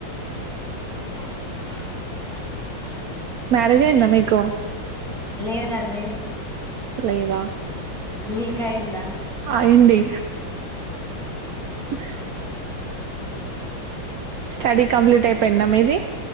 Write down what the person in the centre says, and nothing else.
<unintelligible>
లేదండి
మీకయిందా